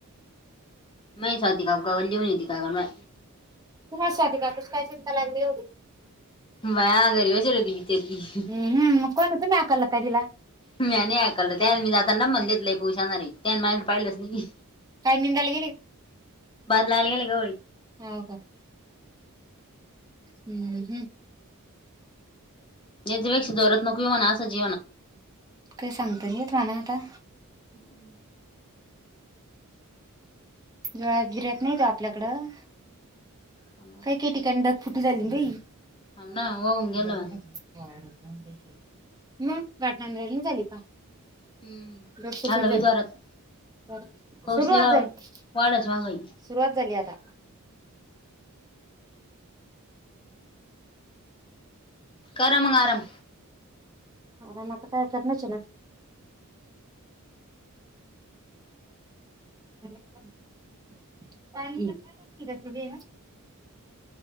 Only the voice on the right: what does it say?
तुमार साध का पुष काय चिंतल लागलीलेवी <unintelligible>
हम्म मग कोण तुम्ही हाकललं का तिला?
काय निंदायला
ह का हम्म हम्
काय सांगत नाहीेत म्हणा आता
जोळत गिर्यात नाही तो आपल्याकडं
काही काही ठिकाणी ढगफुटी झाली बाई <unintelligible>
मग घाटनाराला झाली का
बस कुटी
झा
<unintelligible>
सुरुवात
झाली
सुरुवात झाली आता
आराम आता काय करणचे ना <unintelligible>